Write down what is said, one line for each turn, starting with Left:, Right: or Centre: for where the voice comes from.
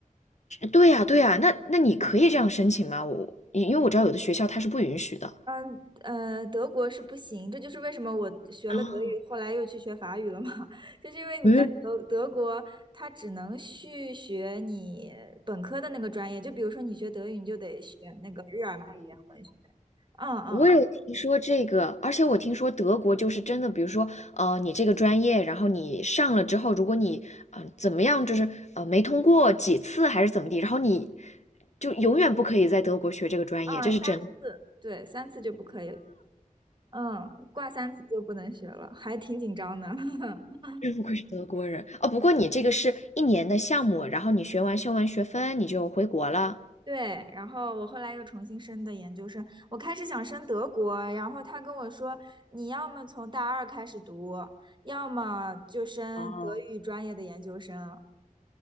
Left: 对呀，对呀，那那你可以这样申请吗？我因为我知道有的学校它是不允许的。
Right: 嗯呃，德国是不行，这就是为什么我学了德语，
Left: 啊，
Right: 后来又去学法语了嘛，<laughs> 就是因为你在德德国，
Left: 嗯，
Right: 它只能续学你本科的那个专业，就比如说你学德语，你就得学那个日耳曼语言文学，嗯嗯嗯
Left: 我有听说这个，而且我听说德国就是真的，比如说，呃，你这个专业，然后你上了之后，如果你，嗯、呃怎么样，就是呃，没通过几次还是怎么地，然后你就永远不可以在德国学这个专业，
Right: 嗯，
Left: 这是真的。
Right: 三对三次就不可以，嗯，挂三次就不能学了，还挺紧张的。<laughs>
Left: 真不愧是德国人哦！不过你这个是一年的项目，然后你学完修完学分，你就回国了。
Right: 对，然后我后来又重新申的研究生，我开始想申德国，然后他跟我说，你要么从大二开始读，要么就申德语专业的研究生。
Left: 哦，